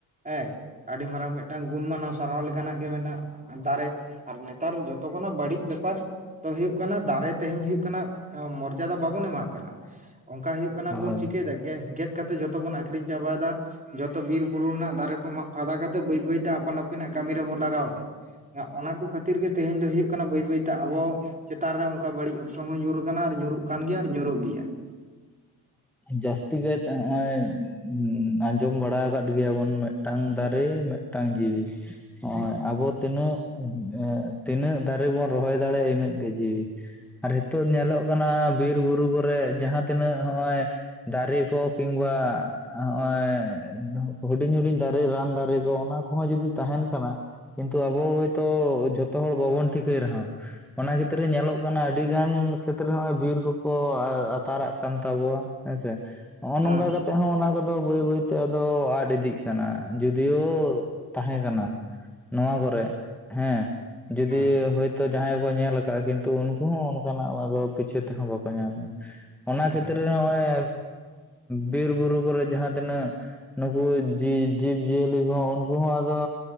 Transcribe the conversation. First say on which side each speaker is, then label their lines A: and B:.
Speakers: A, on the right; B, in the centre.
A: ᱦᱮᱸ ᱟᱹᱰᱤ ᱢᱟᱨᱟᱝ ᱢᱮᱫᱴᱟᱝ ᱜᱩᱱ ᱢᱟᱱᱟᱣ ᱥᱟᱨᱦᱟᱣ ᱞᱮᱠᱟᱱᱟᱜ ᱜᱮ ᱢᱮᱱᱟᱜ ᱾ ᱫᱟᱨᱮ ᱟᱨ ᱱᱮᱛᱟᱨ ᱡᱚᱛᱚᱠᱷᱚᱱᱟᱜ ᱵᱟᱹᱲᱤᱡ ᱵᱮᱯᱟᱨ ᱛᱚ ᱦᱩᱭᱩᱜ ᱠᱟᱱᱟ ᱫᱟᱨᱮ ᱛᱮᱦᱮᱧ ᱦᱩᱭᱩᱜ ᱠᱟᱱᱟ ᱢᱚᱨᱡᱟᱫᱟ ᱵᱟᱵᱚᱱ ᱮᱢᱟᱜ ᱠᱟᱱᱟ ᱾ ᱚᱱᱠᱟ ᱦᱩᱭᱩᱜᱜ ᱠᱟᱱᱟ
B: ᱦᱳᱭ
A: ᱵᱚᱱ ᱪᱤᱠᱟᱹᱭᱮᱫᱟ ᱜᱮᱫ ᱠᱟᱛᱮᱜ ᱡᱚᱛᱚ ᱵᱚᱱ ᱟᱠᱷᱨᱤᱧ ᱪᱟᱵᱟᱭᱮᱫᱟ ᱾ ᱡᱚᱛᱚ ᱵᱤᱨ ᱵᱩᱨᱩ ᱨᱮᱱᱟᱜ ᱫᱟᱨᱮ ᱠᱚ ᱢᱟᱜ ᱯᱷᱟᱫᱟ ᱠᱟᱛᱮᱜ ᱵᱟᱹᱭ ᱵᱟᱹᱭᱛᱮ ᱟᱯᱟᱱ ᱟᱹᱯᱤᱱᱟᱜ ᱠᱟᱹᱢᱤ ᱨᱮᱵᱚᱱ ᱞᱟᱜᱟᱣ ᱮᱫᱟ ᱾ ᱚᱱᱟ ᱠᱚ ᱠᱷᱟᱹᱛᱤᱨ ᱜᱮ ᱛᱮᱦᱮᱧ ᱫᱚ ᱦᱩᱭᱩᱜ ᱠᱟᱱᱟ ᱵᱟᱹᱭ ᱵᱟᱹᱭᱛᱮ ᱟᱵᱚ ᱪᱮᱛᱟᱱ ᱨᱮ ᱚᱱᱠᱟ ᱵᱟᱹᱲᱤᱡ ᱚᱨᱥᱚᱝ ᱦᱚᱸ ᱧᱩᱨ ᱟᱠᱟᱱᱟ ᱟᱨ ᱧᱩᱨᱩᱜ ᱠᱟᱱ ᱜᱮᱭᱟ ᱟᱨ ᱧᱩᱨᱩᱜ ᱜᱮᱭᱟ ᱾
B: ᱡᱟᱹᱥᱛᱤ ᱠᱟᱭᱛᱮ ᱦᱚᱸᱜᱼᱚᱭ ᱟᱸᱡᱚᱢ ᱵᱟᱲᱟ ᱟᱠᱟᱫ ᱜᱮᱭᱟᱵᱚᱱ ᱢᱮᱴ ᱴᱟᱝ ᱫᱟᱨᱮ ᱢᱤᱫᱴᱟᱝ ᱡᱤᱣᱤ ᱱᱚᱜᱼᱚᱭ ᱟᱵᱚ ᱛᱤᱱᱟᱹᱜ ᱛᱤᱱᱟᱹᱜ ᱫᱟᱨᱮ ᱵᱚᱱ ᱨᱚᱦᱚᱭ ᱫᱟᱲᱮᱭᱟᱜᱼᱟ ᱤᱱᱟᱹᱜ ᱜᱮ ᱡᱤᱣᱤ ᱾ ᱟᱨ ᱦᱤᱛᱳᱜ ᱧᱮᱞᱚᱜ ᱠᱟᱱᱟ ᱵᱤᱨ ᱵᱩᱨᱩ ᱠᱚᱨᱮ ᱡᱟᱦᱟᱸ ᱛᱤᱱᱟᱹᱜ ᱱᱚᱜᱼᱚᱭ ᱫᱟᱨᱮ ᱠᱚ ᱠᱤᱢᱵᱟ ᱦᱚᱜᱼᱚᱭ ᱦᱩᱰᱤᱧ ᱦᱩᱰᱤᱧ ᱫᱟᱨᱮ ᱨᱟᱱ ᱫᱟᱨᱮ ᱠᱚ ᱚᱱᱟ ᱠᱚᱦᱚᱸ ᱡᱩᱫᱤ ᱛᱟᱦᱮᱱ ᱠᱟᱱᱟ ᱠᱤᱱᱛᱩ ᱟᱵᱚ ᱦᱚᱭᱛᱚ ᱡᱷᱚᱛᱚ ᱦᱚᱲ ᱵᱟᱵᱚᱱ ᱴᱷᱤᱠᱟᱹᱭ ᱨᱮᱦᱚᱸ ᱚᱱᱟ ᱠᱷᱟᱛᱤᱨ ᱧᱮᱞᱚᱜ ᱠᱟᱱᱟ ᱟᱹᱰᱤ ᱜᱟᱱ ᱠᱷᱮᱛᱨᱮ ᱱᱚᱜᱚᱭ ᱵᱤᱨ ᱠᱚᱠᱚ ᱟᱛᱟᱨᱟᱜ ᱠᱟᱱ ᱛᱟᱵᱚᱣᱟ ᱦᱮᱸᱥᱮ ᱱᱚᱜᱼᱚ
A: ᱦᱮᱸ
B: ᱱᱚᱝᱠᱟ ᱠᱟᱛᱮᱜ ᱦᱚᱸ ᱚᱱᱟ ᱠᱚ ᱟᱫᱚ ᱵᱟᱹᱭ ᱵᱟᱹᱭᱛᱮ ᱟᱫᱚ ᱟᱫ ᱤᱫᱤᱜ ᱠᱟᱱᱟ ᱡᱩᱫᱤᱭᱳ ᱛᱟᱦᱮᱸ ᱠᱟᱱᱟ ᱾ ᱱᱚᱣᱟ ᱠᱚᱨᱮ ᱦᱮᱸ ᱡᱩᱫᱤ
A: ᱦᱮᱸ
B: ᱦᱭᱭ ᱛᱚ ᱡᱟᱦᱟᱸᱭ ᱜᱮ ᱠᱚ ᱧᱮᱞ ᱠᱟᱜᱼᱟ ᱠᱤᱱᱛᱩ ᱩᱱᱠᱩ ᱦᱚᱸ ᱚᱱᱠᱟᱱᱟᱜ ᱟᱫᱚ ᱯᱤᱪᱷᱟᱹ ᱛᱮᱦᱚᱸ ᱵᱟᱠᱚ ᱧᱟᱢᱼᱟ ᱾ ᱚᱱᱟ
A: ᱦᱮᱸ
B: ᱠᱷᱮᱛᱛᱨᱮ ᱨᱮ ᱦᱚᱜᱼᱚᱭ ᱵᱤᱨ ᱵᱩᱨᱩ ᱠᱚᱨᱮ ᱡᱟᱦᱟᱸ ᱛᱤᱱᱟᱹᱜ ᱱᱩᱠᱩ ᱡᱤ ᱡᱤᱵ ᱡᱤᱭᱟᱹᱞᱤ ᱠᱚᱦᱚᱸ ᱩᱱᱠᱩ ᱦᱚᱸ ᱟᱫᱚ